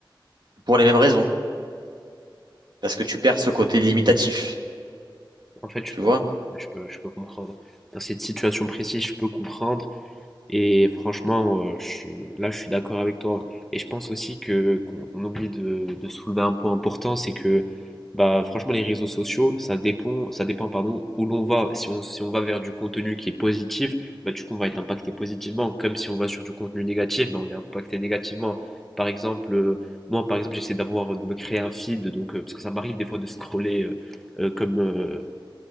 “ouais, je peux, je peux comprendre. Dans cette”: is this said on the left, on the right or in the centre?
Centre